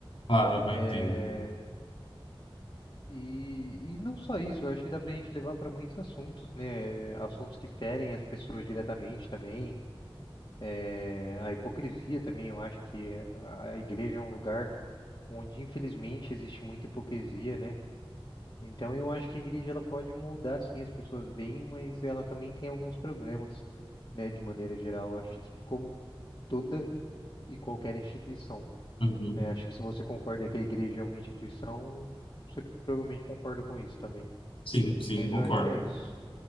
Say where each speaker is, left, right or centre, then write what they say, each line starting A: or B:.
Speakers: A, on the left; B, on the left.
A: claro,
B: É,
A: eu entendo.
B: e, e não só isso, eu acho que dá pra gente levar para muitos assuntos, né? Assuntos que ferem as pessoas diretamente também. É, a hipocrisia também, eu acho que a a igreja é um lugar onde infelizmente existe muita hipocrisia, né? Então eu acho que a igreja ela pode moldar sim as pessoas bem, mas ela também tem alguns problemas, né, de maneira geral. Acho que como toda e qualquer instituição,
A: Uhum,
B: né? Acho que se você concorda que a igreja é uma instituição, você provavelmente concorda com isso também.
A: sim, sim,
B: Mas
A: concordo.
B: eu acho que é isso.